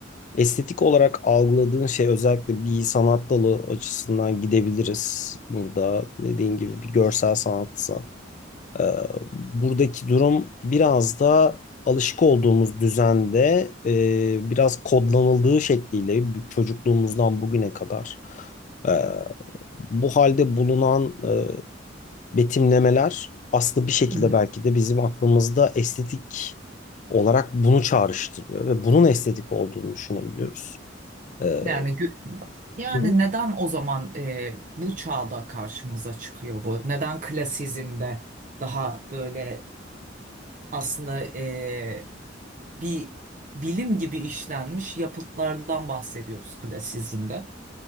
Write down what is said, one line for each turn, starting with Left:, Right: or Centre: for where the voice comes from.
Left: Estetik olarak algıladığın şey özellikle bir sanat dalı açısından gidebiliriz. Burada dediğin gibi bir görsel sanatsa. Ee, buradaki durum biraz da alışık olduğumuz düzende e, biraz kodlanıldığı şekliyle çocukluğumuzdan bugüne kadar e, bu halde bulunan e, betimlemeler aslında bir şekilde
Right: Hı hı.
Left: belki de bizim aklımızda estetik olarak bunu çağrıştırıyor ve bunun estetik olduğunu düşünebiliyoruz. Ee,
Right: Yani Yani
Left: Hı hı.
Right: neden o zaman e, bu çağda karşımıza çıkıyor bu? Neden klasizmde daha böyle aslında e, bir bilim gibi işlenmiş yapıtlardan bahsediyoruz klasizmde?